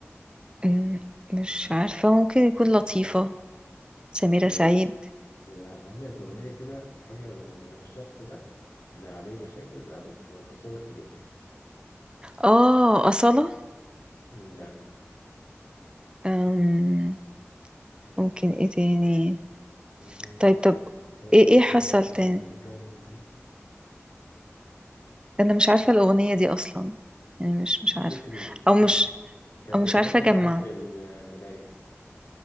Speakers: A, on the right; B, on the left.
A: مم، مش عارفة ممكن يكون لطيفة سميرة
B: ال-
A: سعيد
B: لا عملت اغنية كده هي وال- والشخص ده اللي عليه مشاكل ده وكسرت الدنيا
A: آه أصالة
B: لا
A: أم، ممكن إيه تاني
B: انا
A: طيب طب
B: مستكتر
A: إيه إيه حصل تاني
B: ضل جنبي
A: انا مش عارفه الاغنيه دي اصلا يعني مش مش عارفه
B: فكري
A: او
B: فكرة
A: مش
B: كانت
A: او
B: بتغني
A: مش عارفه اجمع
B: ساعات للمراية